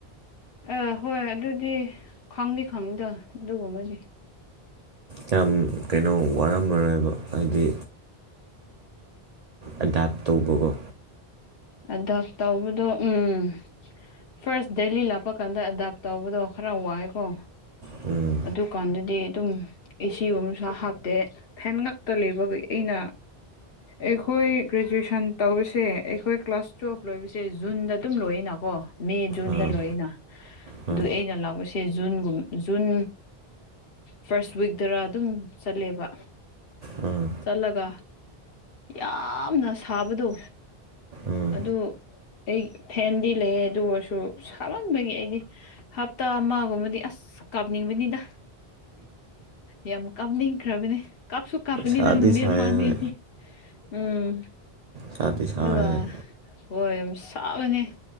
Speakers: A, on the left; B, on the right.
A: ꯑ ꯍꯣꯏ ꯑꯗꯨꯗꯤ ꯈꯪꯗꯤ ꯈꯪꯉꯗꯦ ꯑꯗꯨꯒꯨꯝꯕꯗꯤ
B: ꯌꯥꯝ ꯀꯩꯅꯣ ꯋꯥꯔꯝꯃꯔꯣꯏꯕ ꯍꯥꯏꯗꯤ ꯑꯦꯗꯥꯞ ꯇꯧꯕꯒꯣ
A: ꯑꯦꯗꯥꯞ ꯇꯧꯕꯗꯣ ꯎꯝ ꯐꯥꯔꯁ ꯗꯦꯂꯤ ꯂꯥꯞꯄꯗ ꯀꯥꯟꯗ ꯑꯦꯗꯥꯞ ꯇꯧꯕꯗꯣ ꯈꯔ ꯋꯥꯏꯌꯦꯀꯣ
B: ꯎꯝ
A: ꯑꯗꯨꯀꯥꯟꯗꯗꯤ ꯑꯗꯨꯝ ꯑꯦꯁꯤꯒꯨꯝꯁꯨ ꯍꯥꯞꯇꯦ ꯐꯦꯟ ꯉꯛꯇ ꯂꯩꯕꯕꯨ ꯑꯩꯅ ꯑꯩꯈꯣꯏ ꯒ꯭ꯔꯦꯖꯨꯌꯦꯁꯟ ꯇꯧꯕ ꯁꯦ ꯑꯩꯈꯣꯏ ꯀ꯭ꯂꯥꯁ ꯇꯨꯌꯦꯜꯞ ꯂꯣꯏꯕꯁꯦ ꯖꯨꯟꯗ ꯑꯗꯨꯝ ꯂꯣꯏꯅꯀꯣ ꯃꯦ ꯖꯨꯟꯗ
B: ꯑꯥ
A: ꯂꯣꯏꯔꯦꯅ
B: ꯍꯣꯏ
A: ꯑꯗꯨ ꯑꯩꯅ ꯂꯥꯛꯄꯁꯦ ꯖꯨꯟꯒꯨꯝ ꯖꯨꯟ ꯐꯥꯔꯁ ꯋꯤꯛꯇꯔ ꯑꯗꯨꯝ ꯆꯠꯂꯦꯕ
B: ꯑꯥ
A: ꯆꯠꯂꯒ ꯌꯥꯝꯅ ꯁꯥꯕꯗꯣ
B: ꯎꯝ
A: ꯑꯗꯨ ꯑꯩ ꯐꯦꯟꯗꯤ ꯂꯩꯌꯦ ꯑꯗꯨ ꯑꯣꯏꯔꯁꯨ ꯁꯥꯃꯟꯕꯒꯤ ꯑꯩꯗꯤ ꯍꯞꯇꯥ ꯑꯃꯒꯨꯝꯕꯗꯤ ꯑꯁ ꯀꯥꯞꯅꯤꯡꯕꯅꯤꯗ ꯌꯥꯝ ꯀꯥꯞꯅꯤꯡꯈ꯭ꯔꯕꯅꯦ ꯀꯥꯞꯁꯨ ꯀꯞꯅꯤ
B: ꯁꯥꯗꯤ
A: ꯗ ꯅꯨꯃꯤꯠ
B: ꯁꯥꯏ
A: ꯃꯅꯤꯗꯤ
B: ꯍꯣꯏ
A: ꯎꯝ
B: ꯁꯥꯗꯤ ꯁꯥꯏ
A: ꯑꯗꯨꯒ
B: ꯍꯣꯏ
A: ꯍꯣꯏ ꯌꯥꯝ ꯁꯥꯕꯅꯤ